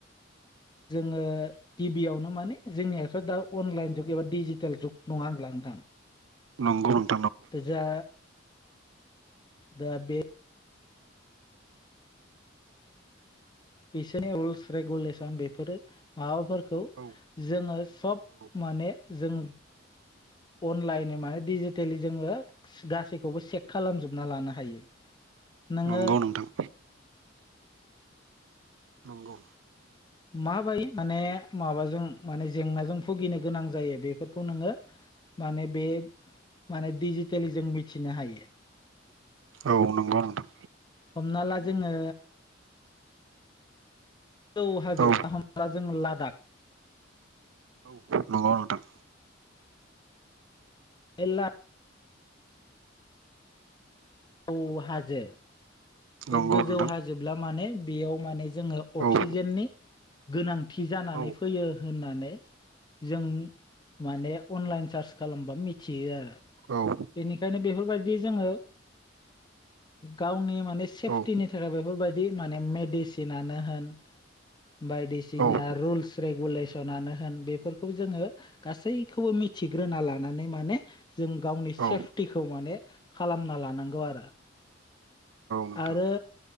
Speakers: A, on the left; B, on the right.
A: जोङो गिबियावनो माने जोंनियाथ' दा अनलाइन जुग एबा डिजिटेल जुग नङा होनब्ला नोंथां?
B: नंगौ नंगौ।
A: बे जा दा बे बिसोरनि रुल्स रेगुलेसन बेफोरो माबाफोर खौ
B: औ
A: जोङो सब
B: औ
A: माने जों अनलाइन माने डिजिटेलि जोङो गासैखौबो चेक खालामजोबना लानो हायो। नोङो
B: नंगौ नोंथां। नंगौ
A: माबाय माने माबाजों माने जेंनाजों भुगिनो गोनां जायो बेफोरखौ नोङो माने बे माने डिजिटेलि जों मिथिनो हायो।
B: औ नंगौ नोंथां।
A: हमना ला जोङो गोजौ
B: औ
A: <unintelligible> जों लादाख
B: औ नंगौ नोंथां।
A: एला गोजौ हाजो बे
B: नंगौ
A: गोजौ
B: नोंथां
A: हाजोब्ला माने बेयाव माने जोङो अक्सिजेननि
B: औ
A: गोनांथि जानानै
B: औ
A: फैयो। होननानै जों माने अनलाइन सार्च खालामबा मिथियो आरो। बेनिखायनो
B: औ
A: बेफोरबायदि जोङो गावनि मा सेफटिनि
B: औ
A: थाखाय बेफोरबायदि माने मेडिसिनानो होन बायदिसिना
B: औ
A: रुल्स रेगुले सनानो होन बेफोरखौ जोङो गासैखौबो मिथिग्रोना लानानै माने जों गावनि सेफटिखौ
B: औ
A: माने खालामना लानांगौ आरो।
B: नोंथां
A: आरो